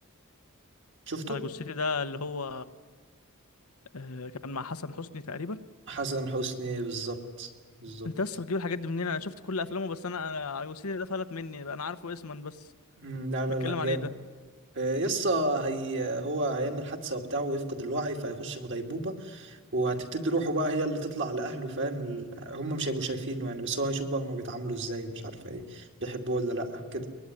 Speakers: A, on the right (about 55°); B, on the left (about 85°).
A: شفته
B: على جثتي ده اللي هو آه كان مع حسن حسني تقريبا
A: حسن حسني بالظبط بالظبط
B: انت لسه بتجيب الحاجات دي منين انا شفت كل افلامه بس انا أنا على جثتي ده فلت مني بقى انا عارفه اسما بس
A: مم، لا لا
B: بيتكلم
A: لا جامد
B: عن ايه ده
A: آه، يسا هي هو هيعمل حادثة وبتاع ويفقد الوعي فهيخش في غيبوبة وهتبتدي روحه بقى هي اللي تطلع لأهله فاهم ال- هم مش هيبقوا شايفينه يعني بس هو هيشوف بقى هما بيتعاملوا ازاي ومش عارفة ايه بيحبوه ولا لأ كده